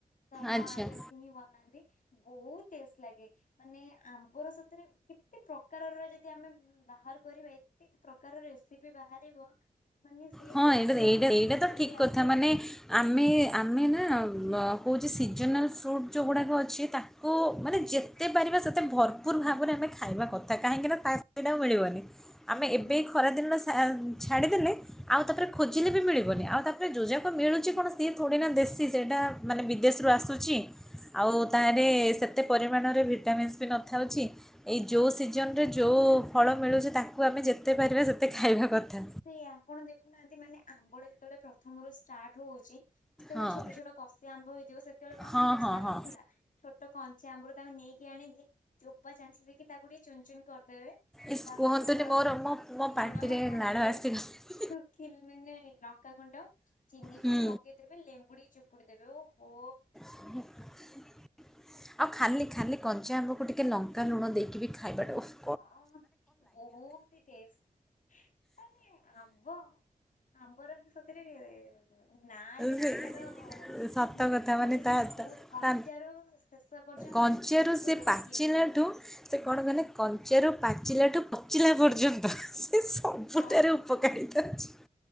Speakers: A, on the left; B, in the centre.
A: ତ ମୋ
B: ଆଚ୍ଛା
A: ଆଈ ଏମିତିହିଁ ବନାନ୍ତି, ବହୁତଟେଷ୍ଟ ଲାଗେ। ମାନେ, ଆମ୍ବର ସେଥିରେ କେତେପ୍ରକାରର ଯଦି ଆମେ ବାହାର କରିବା ଏତେ ପ୍ରକାରରେ। <unintelligible> ବି ବାହାରିବ, ମାନେ ସେ
B: ହଁ
A: ଗୋଟିଏମାସ
B: ଏଇଟା ଏଇଟା ଏଇଟା ତ
A: ପାଇଁ
B: ଠିକ୍
A: ଆସେ।
B: କଥା ମାନେ ଆମେ ଆମେନା କଉଛି ସିଜନାଲ ଫ୍ରୁଟ ଯେଉଁଗୁଡ଼ାକ ଅଛି, ତା କୁ ମାନେ
A: ଆଜ୍ଞା
B: ଯେତେ ପାରିବା ସେତେ ଭର ପୁରଭାବରେ ଆମେ ଖାଇବାକଥା, କାହିଁକି ନା ତା <unintelligible> ମିଳିବନି। ଆମେ ଏବେ
A: ନିହାତି
B: ଖରାଦିନ ଛାଡ଼ିଦେଲେ। ଆଉ ତାପରେ ଖୋଜିଲେ ବି ମିଳିବନି। ଆଉ ତାପରେ ଯୋଉଯାକ ମିଳୁଛି କଣ ସିଏ ଥୋଡ଼ି ନା ଦେଶୀ? ସେଇଟା ମାନେ ବିଦେଶରୁ ଆସୁଛି। ଆଉ ତାରେ ସେତେ ପରିମାଣରେ ଭିଟାମିନ୍ସ ବି ନଥାଉଛି। ଏଇ ଯୋଉ ସିଜନରେ
A: ସେଇଆ।
B: ଯୋଉ ଫଳ ମିଳୁଛି, ତାକୁ ଆମେ ଯେତେପାରିବା ସେତେ ଖାଇବା କଥା।
A: ତାକୁ ଆପଣ ଦେଖୁନାହାନ୍ତି, ମାନେ ଆମ୍ବଟା ଯେତେବେଳେ ପ୍ରଥମରୁ ଷ୍ଟାର୍ଟହଉଛି, ଯେତେବେଳେ
B: ହଁ
A: ଛୋଟଛୋଟ କଷି ଆମ୍ଭ ହେଇଥିବ ସେତେବେଳେ କଣ
B: ହଁ
A: କିଏ
B: ହଁ
A: ଛାଡ଼ନି
B: ହଁ
A: ନା? ଛୋଟ କଞ୍ଚାଆମ୍ବରୁ ତାଙ୍କୁ ନେଇକି ଆଣିକି, ଚୋପାଚାଞ୍ଚିକି ତାକୁଟିକେ ଚୁନଚୁନ କରିଦେବେ।
B: ଇସ୍
A: ତା
B: କୁହନ୍ତୁନି
A: ସହିତ <unintelligible>
B: ମୋର ମୋ ମୋ
A: ଲୁଣ
B: ପାଟିରେ
A: <unintelligible>
B: ଲାଳ ଆସିଗଲା।
A: <unintelligible> ଲଙ୍କାଗୁଣ୍ଡ ଚିନିଟିକେ
B: ହୁଁ।
A: ପକେଇ ଦେବେ ଲେମ୍ବୁ ଟିକେ ଚିପୁଡି ଦେବେ ଓ ହୋ!
B: <inaudible> ଆଉ ଖାଲି ଖାଲି କଞ୍ଚାଆମ୍ବକୁ ଟିକେ ଲଙ୍କାଲୁଣ ଦେଇକିବି ଖାଇବାଟା ଓହୋ!
A: ହଁ, ବହୁତ ଟେଷ୍ଟ। ମାନେ ଆମ୍ବ ଆମ୍ବ ର ବି ସତରେ ନା, ଯେମିତି
B: ସେ
A: ତାର
B: ସତ
A: ମାନେ
B: କଥା
A: କାମ ବି ସେମିତି
B: ତା
A: ବହୁତ
B: ତା
A: କଞ୍ଚାରୁ ଶେଷ ପର୍ଯ୍ୟନ୍ତ
B: କଞ୍ଚାରୁ
A: ତାକୁ
B: ସେ
A: ଲୋକ
B: ପାଚିଲାଠୁ
A: କିଏ ବି ଛାଡ଼ନ୍ତିନି।
B: ସେ କଣ କଲେ କଞ୍ଚାରୁ ପାଚିଲାଠୁ ପଚିଲା ପର୍ଯ୍ୟନ୍ତ ସେ ସବୁଠାରୁ
A: ହଁ
B: <unintelligible>